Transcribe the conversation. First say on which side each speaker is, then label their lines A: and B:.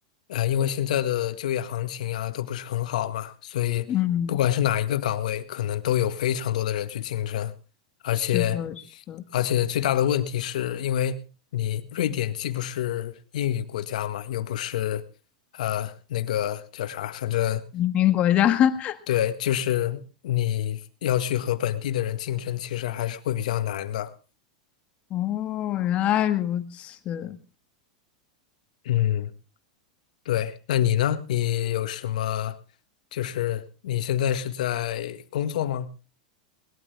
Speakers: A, on the left; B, on the left.
A: 呃，因为现在的就业行情啊都不是很好嘛，所以不管是哪一个岗位，
B: 嗯，
A: 可能都有非常多的人去竞争，而且，
B: 是的，是的，
A: 而且最大的问题是因为你瑞典既不是英语国家嘛，又不是，呃，那个叫啥，反正
B: 移民国家。<laughs>
A: 对，就是你要去和本地的人竞争，其实还是会比较难的。
B: 哦，原来如此。
A: 嗯。对，那你呢？你有什么？就是你现在是在工作吗？